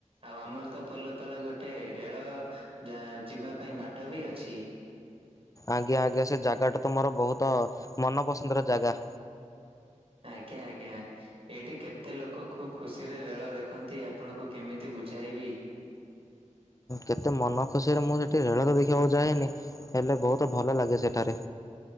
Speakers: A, on the right; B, on the left.
A: ଆଉ ଆମର ତ ପୋଲ ତଳେ ଗୋଟେ ରେଳ ଯା ଯିବା ପାଇଁ ବାଟ ବି ଅଛି।
B: ଆଜ୍ଞା ଆଜ୍ଞା ସେ ଜାଗାଟା ତ ମୋର ବହୁତ ମନପସନ୍ଦର ଜାଗା।
A: ଆଜ୍ଞା ଆଜ୍ଞା। ଏଇଠି କେତେ ଲୋକ ଖୁବ ଖୁସିରେ ରେଳ ଦେଖନ୍ତି ଆପଣଙ୍କୁ କେମିତି ବୁଝାଇବି।
B: କେତେ ମନ ଖୁସିରେ ମୁଁ ସେଠି ରେଳ ତ ଦେଖିବାକୁ ଯାଏନି ହେଲେ ବହୁତ ଭଲ ଲାଗେ ସେଠାରେ।